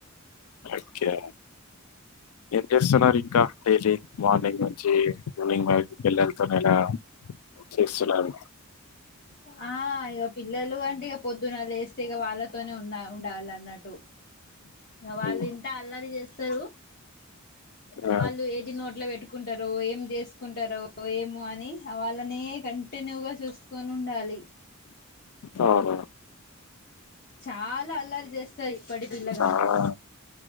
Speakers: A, on the left (about 85°); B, on the left (about 45°).
A: ఒకే ఏం చేస్తున్నారు ఇంకా డైలీ మార్నింగ్ ఒకే మనింగ్ బయటికి వెళ్ళా పని ఎలా చేస్తున్నారూ
B: ఆ ఇక పిల్లలు అంటే ఇక పొద్దున లేేస్తే ఇక వాళ్ళతోనే ఉన్న ఉండాల అన్నట్టు వాళ్ళు
A: ఉమ్,
B: ఇంత అల్లరి చేస్తారు
A: ఆ
B: వాళ్ళు ఏది నోట్లో పెట్టు ఒకుంటారు ఏం చేసుకుంటారు ఏమో అని వాళ్ళనే కంటిన్యూగా చూసుకొని ఉండాలి
A: అ ఆ
B: చాలా అల్లరి చేస్తారు ఇప్పటి పిల్లగానిలో
A: చాలా